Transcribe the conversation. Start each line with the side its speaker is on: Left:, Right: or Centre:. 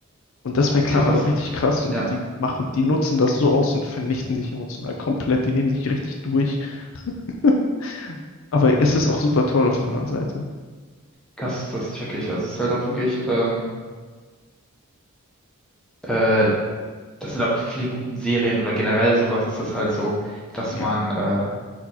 Left: Und das bei Clan
Centre: Safe,
Left: hat
Centre: das,
Left: auch richtig krass und
Centre: ja,
Left: die machen, die nutzen das so aus und vernichten dich emotional komplett. Die nehmen dich richtig durch. <laughs> Aber es ist auch super toll auf der anderen Seite.
Centre: das, das check ich. Also es ist halt auch wirklich, ähm, äh, das sind aber viele guten Serien oder generell sowas ist das halt so, dass
Left: Ja.
Centre: man, äh,